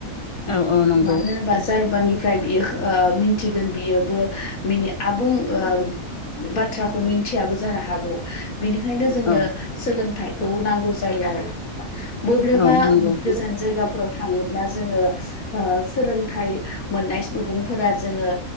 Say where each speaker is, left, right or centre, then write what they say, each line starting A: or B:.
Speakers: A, on the left; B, on the left.
A: औ औ नंगौ
B: मानो होनोबा जायबानिफ्राय बियो खो ओ मिनथिगोन बियोबो मिनि आबुं ओ बाथ्राखौ मिनथियाबो जानो हागौ। बिनिखायनो जोंनो
A: औ
B: सोलोंथाइखौ नांगौ जायो आरो। बब्लेबा
A: औ नंगौ
B: गोजान जायगाफोराव थाङोब्ला जोङो ओ सोलोंथाइ मोननाय सुबुंफोरा जोङो